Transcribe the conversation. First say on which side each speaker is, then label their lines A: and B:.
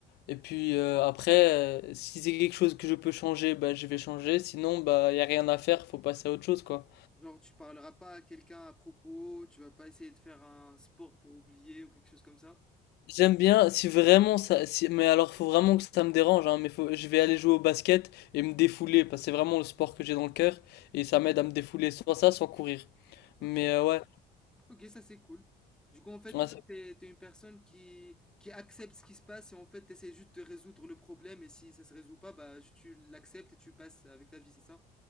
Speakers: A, on the left; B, in the centre.
A: Et puis euh, après, euh, si c'est quelque chose que je peux changer, bah, je vais changer. Sinon, bah, il n'y a rien à faire, faut passer à autre chose, quoi.
B: Genre, tu parleras pas à quelqu'un à propos, tu vas pas essayer de faire un sport pour oublier ou quelque chose comme ça.
A: J'aime bien, si vraiment ça, si, mais alors faut vraiment que ça me dérange, hein, mais faut, je vais aller jouer au basket et me défouler, parce que c'est vraiment le sport que j'ai dans le cœur, et ça m'aide à me défouler, soit ça, soit courir.
B: Ok,
A: Mais euh, ouais,
B: ok, ça c'est cool. Du coup, en fait,
A: ouais,
B: toi, t'es, t'es une personne qui, qui accepte ce qui se passe et en fait, t'essaies juste de résoudre le problème et si ça se résout pas, bah, juste tu l'acceptes et tu passes avec ta vie, c'est ça?